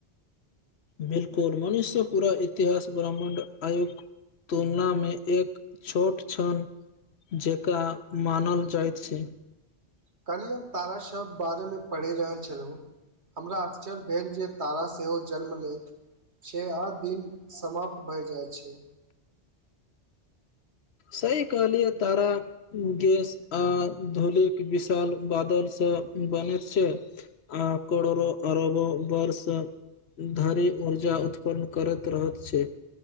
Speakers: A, on the left; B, on the right.
A: बिल्कुल मनुष्य पूरा इतिहास ब्राह्मण आयुक तुलनामे एक छोट छन जेका मानल जाइत छै
B: कल्हि हम तारासब बारेमे पढ़ि रहल छलहूँ हमरा आश्चर्य भेल जँ तारा सेहो जन्म लेैत छे आ दिन समाप्त भए जाइ छै
A: सही कहलिए तारा गैस आ धूलिक विशाल बादलसँ बनैत छै आ करोरो अरबो वर्षसँ धरि ऊर्जा उत्पन्न केरत रहत छै